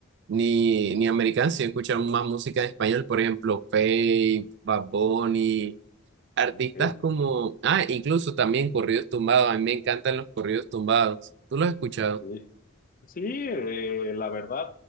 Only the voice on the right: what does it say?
ni,
ni americana, sino escuchar más música en español, por ejemplo, Faith, Bad Bunny, artistas
como,
ah, incluso también corridos tumbados, a mí me encantan los corridos tumbados, ¿tú los has escuchado?